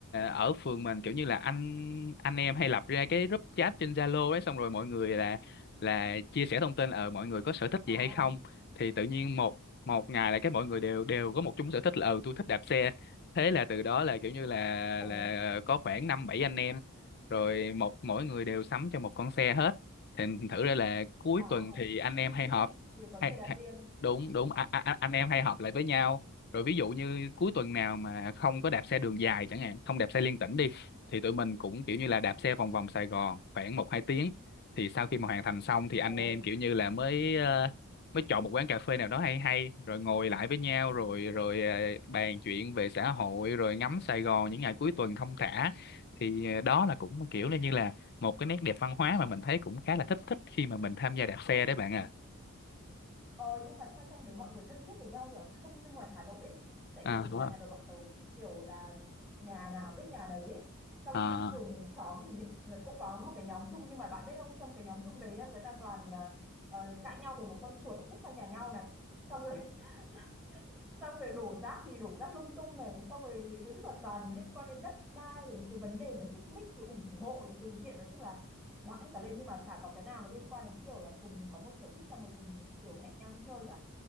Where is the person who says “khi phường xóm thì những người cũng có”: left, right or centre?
Centre